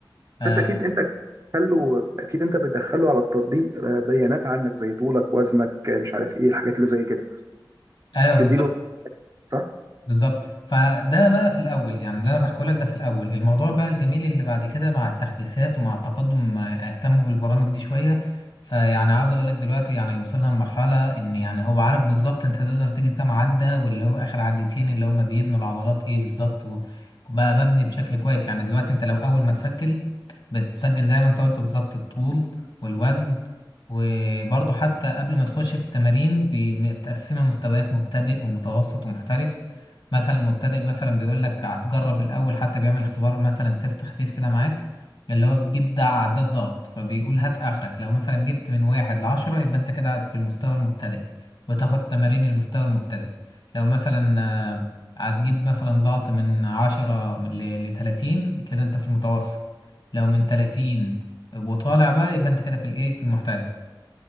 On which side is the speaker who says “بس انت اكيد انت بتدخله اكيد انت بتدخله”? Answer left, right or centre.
Right